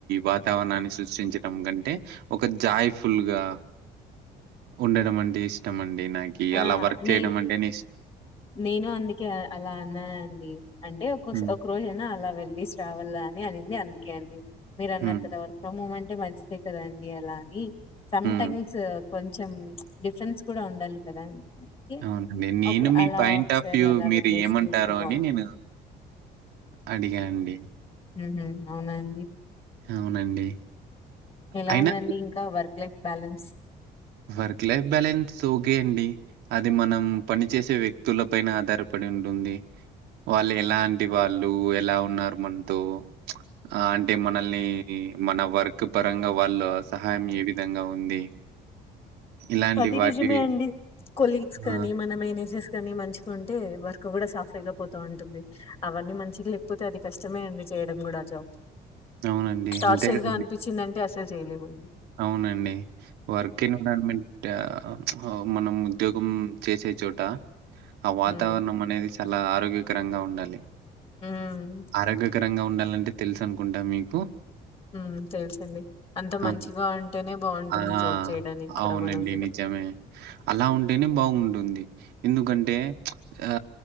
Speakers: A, on the right (about 85°); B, on the left (about 35°).
A: వాతావరణాన్ని సృష్టించడం కంటే ఒక జాయ్ ఫుల్ గా... ఉండడం అంటే ఇష్టం అండి నాక్ నాకి.
B: ఆ.....
A: అలా వర్క్
B: నే
A: చేయడం అంటేనే
B: నేను అందుకే అలా అన్నా అండి అంటే ఒక
A: హ్మ్.
B: ఒక రోజయినా అలా వెళ్లి శ్రావణ్ లానె అని అనింది అందుకే అండి మీరన్నట్టు
A: హ్మ్.
B: దాన్ని పొమ్మమని మంచిదే కదాండి అలా అని సటైమ్స్
A: హ్మ్.
B: కొంచెం డిఫెన్స్ కూడా ఉండాలి కదా అందుకే
A: అవును నేను
B: ఒక
A: మీ
B: అలా
A: పాయింట్
B: ఒకసారి
A: ఆఫ్ వ్యూ
B: అలా
A: మీరు
B: వెళ్ళేసి
A: ఏమంటారో
B: చూస్తే బాగుంటుంది
A: అని నేను అడిగానండి
B: ఉ హుమ్ అవునా అండి
A: అవునండి
B: ఎలా
A: అయినా
B: ఉందండి ఇంకా work life balance
A: work life balance okay అండి అది మనం పనిచేసే వ్యక్తుల పైన ఆధారపడి ఉంటుంది వాళ్ళు ఎలాంటి వాళ్ళు ఎలా ఉన్నారు మనతో ఆ.. అంటే మనల్ని మన వర్క్ పరంగా వాళ్ళు సహాయం ఏ విధంగా ఉంది ఇలాంటి
B: అది
A: వాటి
B: నిజమే అండి కొలీగ్స్ గానీ
A: ఆ!
B: మన మేనేజెస్ కానీ మంచిగాంటే వర్క్ కూడా సాఫీ గా పోతా ఉంటుంది అవన్నీ మంచిగా లేకపోతే అది కష్టమే అండి చేయడం కూడా అ జాబ్
A: అవునండి.
B: టాడ్సైడ్
A: అంతే కదండీ!
B: గా అనిపించిందింటే అసలు అస్సల్ చేయలే మండి
A: అవునండి వర్క్ ఎన్విరాన్మెంట్ య... ఆ... మనం ఉద్యోగం చేసే చోట అ వాతవరణం
B: హ్మ్.
A: మనేది ఎలా ఆరోగ్యకరంగా ఉండాలి
B: హ్మ్.
A: ఆరోగ్యకరంగా ఉండాలి లంటే తెలుసు అనుకుంటా మీకు
B: హ్మ్. తెలుసండి. అంత మంచిగా
A: ఆమ్
B: ఉంటేనే బావుంటుంది
A: ఆ...
B: జాబ్ చేయడానికి కూడా
A: అవునండి
B: మనం గూడా.
A: నిజమే అలా ఉంటేనే బావుంటుంది ఎందుకంటే ప్చ్ ఆ